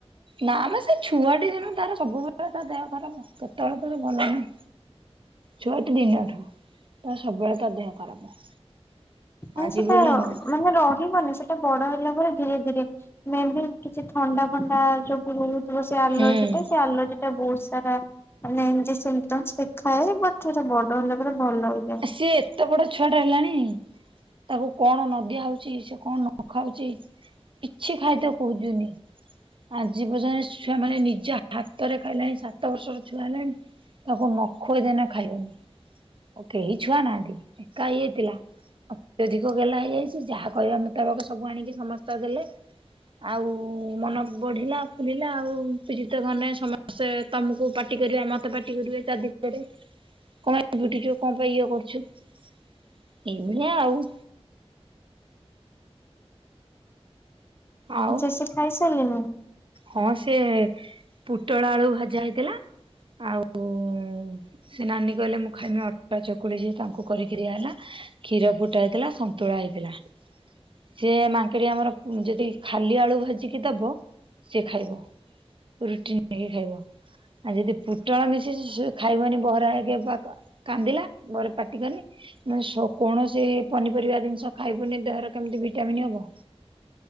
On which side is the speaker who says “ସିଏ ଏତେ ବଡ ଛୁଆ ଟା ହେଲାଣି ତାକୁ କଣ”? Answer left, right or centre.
Right